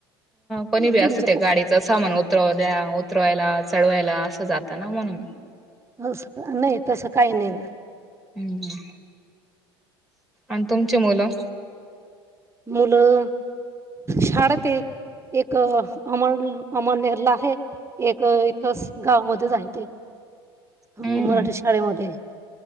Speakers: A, in the centre; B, on the right.
A: कोणी
B: म्हणजे
A: बी अस त्या गाडीत. ते सामान उतरव द्या. उतरवायला. चढवायला. असं जातं ना म्हणून.
B: असं नाही तसं काही नाही ना.
A: हम्म हम्म. अण तुमचे मुलं.
B: मुलं शाळते. एक अमर अमलनेरला आहे. एक इथस गावामध्येच आहे. ते
A: हम्म
B: मराठी शाळेमध्ये.